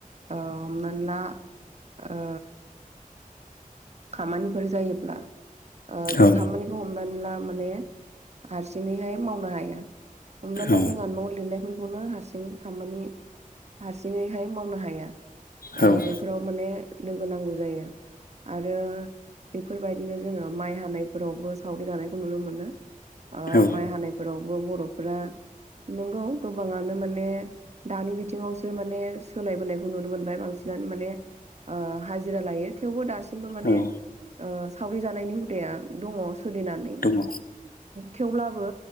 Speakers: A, on the right (about 50°); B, on the left (about 80°).
A: हमनानै ला ओ खामानिफोर जायोब्ला जाय
B: औ
A: खामानि खौ हमनानै ला माने हारसिङैहाय मावनो हाया। हमना ला
B: औ
A: जोंहा न' लिरनायफोरखौनो हारसिं खामानि हारसिंङैहाय मावनो हाया ओ
B: औ
A: बेबादि फोराव माने लोगो नांगौ जायो। आरो बेफोरबायदिनो जोङो माइ हानायफोरावबो सावरि जानायखौ नुनो मोनो।
B: औ
A: माइ हानायफोरावबो बर'फोरा नंगौ गोबाङानो माने दानि बिथिङावसो माने सोलायबोनायखौ नुनो मोनबाय बांसिनानो माने हाजिरा लायो थेवबो दासिम माने
B: औ
A: सावरि जानायनि हुदाया दङ सोलिनानै।
B: दङ।
A: थेवब्लाबो